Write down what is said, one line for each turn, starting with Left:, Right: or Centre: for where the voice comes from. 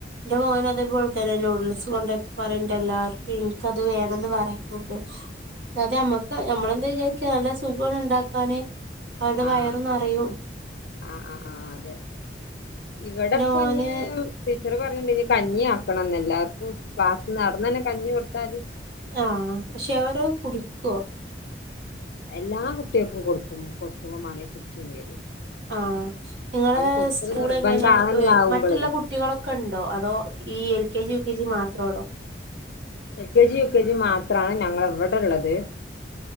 Right: ന്റെ മോൻ അതേപോൽന്നെ നൂഡിൽസ് കൊണ്ട് പറിണ്ട് എല്ലാർക് ഇൻ നിക്കത് വേണന്ന് പറയുന്നുണ്ട്. അതെ നമ്മക്ക് നമ്മളെന്താ വിചാരിക നല്ല സുഖാണ്ണ്ടാക്കാന്. അവരുടെ
Left: ആഹ്
Right: വയറും നറയും.
Left: ആഹ് ആഹ് ആഹ് അതെ ഇവിടെ
Right: എന്റെ
Left: പ്പ
Right: മോന്
Left: ഞ് ടീച്ചർ പറയണ്ട് കഞ്ഞി ആക്കണം ന്ന് എല്ലാവർക്കും. പാസ് നടന്ന് തന്നെ കഞ്ഞി കൊടുത്താല്.
Right: ആ പക്ഷെ അവരാ കുടിക്കോ?
Left: എല്ലാ കുട്ടികൾക്കും കൊടുക്കും. കൊടുക്കുമ്പോ മണ കുടിച് വരും.
Right: ആ നിങ്ങളെ
Left: അത് കൊടുക്കല്
Right: സ്കൂളെങ്ങനെ
Left: നിർബന്ധാണെന്ന് ആവുമ്പളേ
Right: മറ്റുള്ള കുട്ടികളൊക്കെണ്ടോ? അതോ ഈ എൽ കേജി. യു, ക്കെജി. മാത്രളോ?
Left: എൽ, കെജി, യുകെജി, മാത്രാണ് ഞങ്ങളവടള്ളത്.